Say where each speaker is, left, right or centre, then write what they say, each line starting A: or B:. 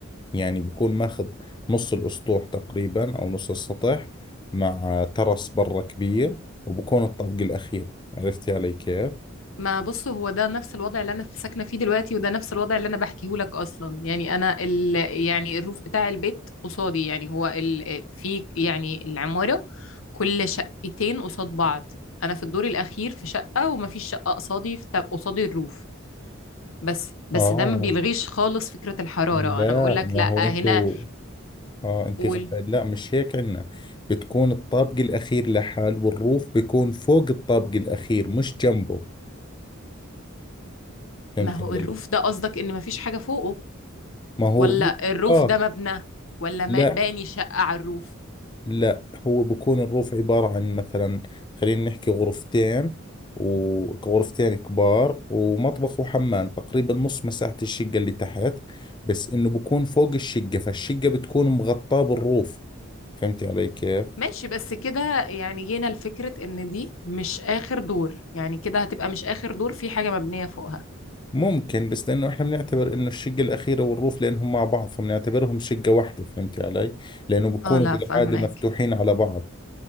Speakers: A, on the left; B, on the left.
A: يعني بيكون ماخذ نص الأسطوح تقريبا أو نص السطح مع ترس برا كبير وبكون الطابق الأخير عرفتي علي كيف؟
B: ما بص هو ده نفس الوضع اللي انا ساكنه فيه دلوقتي وده نفس الوضع اللي انا بحكيه لك اصلا يعني انا ال... يعني الروف بتاع البيت قصادي يعني هو ال... في يعني العماره كل شقتين قصاد بعض انا في الدور الاخير في شقه ومفيش شقه قصادي في... قصادي الروف بس بس
A: آه
B: ده ما بيلغيش خالص فكره الحراره
A: لا
B: انا بقول لك
A: ما
B: لا
A: هو
B: هنا
A: انتوا اه انت
B: قول
A: غ... لا مش هيك عندنا بتكون الطابق الاخير لحال والروف بيكون فوق الطابق الاخير مش جنبه فهمت
B: ما هو
A: علي
B: الروف ده قصدك ان مفيش حاجه فوقه
A: ما هو
B: ولا
A: الروف
B: الروف
A: اه
B: ده مبنى ولا
A: لا
B: ما- باني شقه على الروف
A: لا هو بكون الروف عبارة عن مثلا خلينا نحكي غرفتين وغرفتين كبار ومطبخ وحمام تقريبا نص مساحة الشقة اللي تحت بس انه بكون فوق الشقة فالشقة بتكون مغطاة بالروف فهمتي علي كيف
B: ماشي بس كده يعني جينا لفكرة ان دي مش اخر دور يعني كده هتبقى مش اخر دور في حاجة مبنية فوقها
A: ممكن بس لانه احنا بنعتبر انه الشقه الاخيره والروف لانهم مع بعض فبنعتبرهم شقه واحده فهمتي علي لانه بكونوا
B: اه لا
A: بالعاده
B: فاهماك
A: مفتوحين على بعض